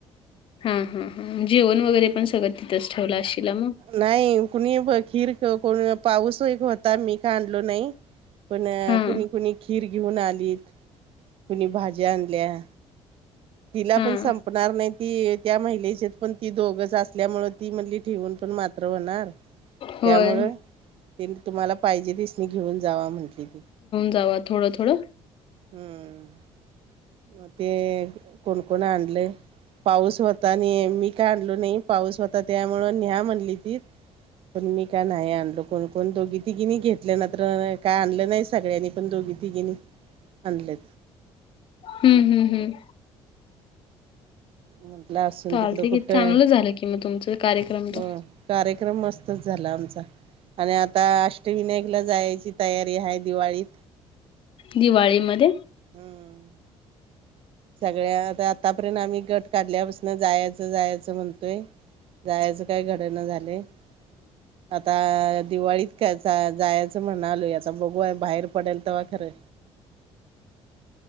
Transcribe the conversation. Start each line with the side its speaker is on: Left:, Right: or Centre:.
Left: हुम हुम जेवण वगैरे पण सगळं तिथेच ठेवलं असशीला मग.
Right: नाही कोणी भजन हो कडू नये पाऊस होईल होता मी काय आणलं नाही पण
Left: हां,
Right: कुणी कुणी खीर घेऊन आली कोणी भाज्या आणल्या तिला
Left: हां.
Right: पण संपणार नाही ती त्या महिलेच्यात पण ती दोघेच असल्यामुळे ती म्हटली ठेवून पण मात्र होणार.
Left: होय.
Right: त्यामुळे तिनं तुम्हाला पाहिजे ते शनी घेऊन जावा म्हटली.
Left: तवा थोडं थोडं
Right: हुम ते कोण कोण आणलय पाऊस तानी यांनी काय आणलं नाही पाऊस होता त्यामुळे न्या म्हटली ती. त्यांनी काय नाय आणलं कोण कोण दोघी तिघींनी घेतल्यानंतर काय आणलं नाय सगळ्यांनी पण दोघी तिघींनी आणलंय.
Left: हुम हुम हुम.
Right: म्हटलं असून
Left: चालतंय
Right: तिकडं
Left: की
Right: कुठं
Left: चांगलं झालं की मग तुमचं कार्यक्रम तो
Right: हुम <unintelligible> कार्यक्रम मस्तच झाला आमचा. आणि आता अष्टविनायकला जायची तयारी आहे दिवाळीत.
Left: दिवाळीमध्ये
Right: हुम. सगळ्या आता आत्तापर्यंत आम्ही गट काढल्यापासून जायाचं जायचं म्हणतोय. जायचं काय घडणं झाले आ आता दिवाळीत कायचा जायचं म्हणालोय आता बघू आहे बाहेर पडेल तेव्हा खरं.